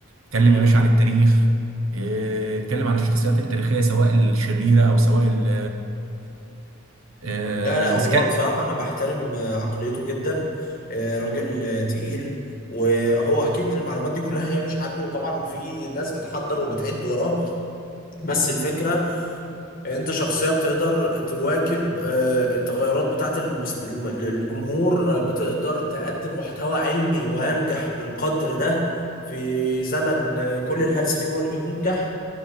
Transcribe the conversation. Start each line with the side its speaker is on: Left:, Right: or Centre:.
Right: اتكلم
Left: أمم.
Right: يا باشا عن التاريخ اه، اتكلم عن الشخصيات التاريخيه سواء الشريره او سواء ال- الكويسه
Left: لا لا هو بصراحة أنا بحترم آه، عقليته جدا آه، راجل آه، تقيل وهو أكيد المعلومات دي كلها هي مش عنده وطبعا في ناس بتحضر وبتعد وراه بس الفكرة إن أنت شخصية بتقدر تواكب آه، التغيرات بتاعة المست... الم- الجمهور بتقدر تقدم محتوى علمي وأنجح بالقدر ده في زمن آه، كل الهلس فيه هو اللي بينجح